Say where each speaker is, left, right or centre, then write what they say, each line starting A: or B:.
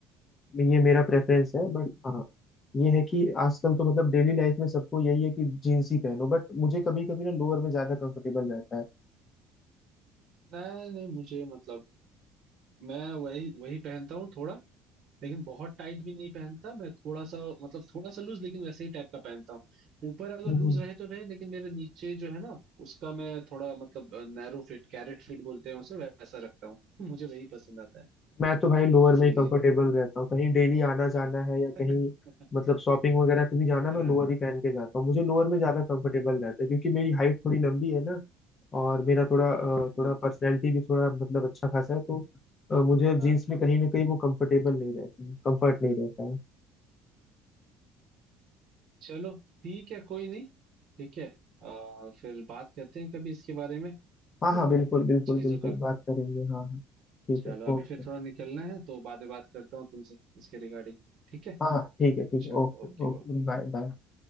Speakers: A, on the left; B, on the right.
A: ये मेरा प्रेफरेंस है बट हाँ ये है कि आजकल तो मतलब डेली लाइफ में सबको यही है कि जीन्स ही पहनो बट मुझे कभी कभी ना लोअर में ज्यादा कंफर्टेबल रहता है
B: नहीं नहीं मुझे मतलब मैं वही वही पहनता हूँ थोड़ा लेकिन बहुत टाइट भी नहीं पहनता मैं थोड़ा सा मतलब थोड़ा सा लूज लेकिन वैसे ही टाइप का पहनता हूँ ऊपर अगर
A: हम्म
B: लूज रहे तो रहे लेकिन मेरे नीचे जो है ना उसका मैं थोड़ा मतलब नैरो फिट कैरेट फिट बोलते हैं उसे वैसा रखता हूँ <laughs> मुझे वही पसंद आता है
A: मैं तो भाई लोअर
B: इसीलिए
A: में ही कंफर्टेबल रहता हूँ कहीं डेली आना जाना है या कहीं
B: <laughs>
A: मतलब शॉपिंग वगैरह पे भी जाना मैं
B: हाँ
A: लोअर ही पहन के जाता हूँ मुझे लोअर में ज्यादा कंफर्टेबल रहता है क्योंकि मेरी हाइट थोड़ी लंबी है ना और मेरा थोड़ा अ,
B: नहीं
A: थोड़ा पर्सनैलिटी भी थोड़ा मतलब अच्छा खासा है तो अ, मुझे
B: हाँ
A: जीन्स में कहीं ना कहीं वो कंफर्टेबल नहीं रहती कंफर्ट नहीं रहता है
B: चलो ठीक है कोई नहीं ठीक है आ, फिर बात करते हैं कभी इसके बारे में है
A: हाँ हाँ
B: ना
A: बिल्कुल बिल्कुल
B: चीजों
A: बिल्कुल
B: का
A: बात करेंगे हाँ हाँ ठीक
B: चलो
A: है
B: अभी
A: ओके
B: फिर थोड़ा निकलना है तो बाद में बात करता हूँ तुमसे इसके रिगार्डिंग ठीक है
A: हाँ हाँ ठीक है ठीक है
B: चलो
A: ओके
B: ओके
A: ओके
B: ओके
A: बाय बाय